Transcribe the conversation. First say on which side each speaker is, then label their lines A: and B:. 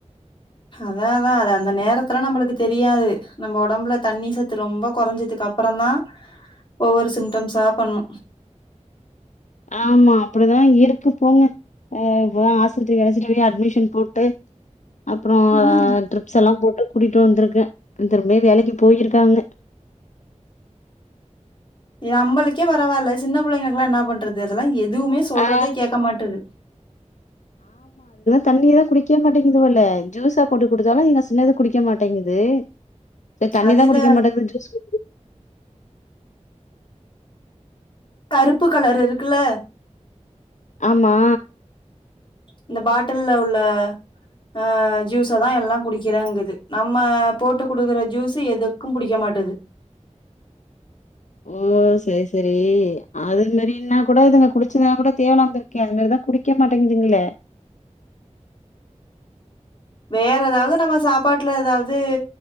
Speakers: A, on the left; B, on the left.
A: அதாதா அது அந்த நேரத்துல நம்மளுக்கு தெரியாது நம்ம ஒடம்புல தண்ணி சத்து ரொம்ப கொறஞ்சதுக்கு அப்றோ அப்றோ தா ஒவ்வொரு சிம்டம்ஸா பண்ணு
B: ஆமா அப்பிடிதா இருக்கு போங்க அ இப்பதா ஆஸ்பத்திரி அழச்சிட்டு போய் அட்மிஷன் போட்டு அப்றோ
A: ம்
B: ட்ரிப்ஸ் எல்லா போ கூட்டிட்டு வந்திருக்கே திரும்ப வேலைக்கு போயிருக்காங்க
A: இது நம்பளுக்கே பரவாயில்ல சின்ன பிள்ளைங்களுக்கெல்லா என்ன பண்றது அதெல்லா எது எதுவுமே சொல்றதே
B: ஆ
A: கேட்க மாட்டினுது
B: தண்ணியதா குடிக்கவே மாட்டேங்குதுல்ல ஜூஸா போட்டு குடுத்தாலு எங்க சின்னது குடிக்க மாட்டேங்குது செரி தண்ணி
A: அது
B: தா
A: இந்த
B: குடிக்க மாட்டேங்குது ஜூஸ் கு
A: கருப்பு கலரு இருக்குல்ல
B: ஆமா
A: இந்த பாட்டில உள்ள அ ஜூஸ தா எல்லா குடிக்கிறேங்குது நம்ம போட்டு குடுக்குற ஜூஸ்சு எதுக்கு புடிக்க மாட்டேங்குது
B: ம் ம் சேர் சேரி அது மேரினா கூட இதுக குடிச்சுதுனா கூட தேவலா போல இருக்கே அது மாதிரிதா குடிக்க மாட்டேங்க இதுங்களே
A: வேற எதாவ்து நம்ம சாப்பாட்ல ஏதாவ்து